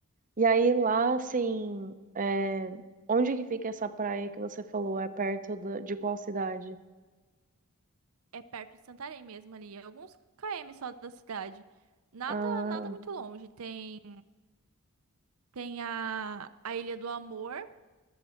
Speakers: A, on the right (about 35°); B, on the right (about 70°).
A: E aí lá, assim, é, onde que fica essa praia que você falou? É perto da- de qual cidade?
B: É perto de Santarém mesmo ali, é alguns km só da cidade. Nada,
A: Ah,
B: nada muito longe. Tem, tem a, a Ilha do Amor,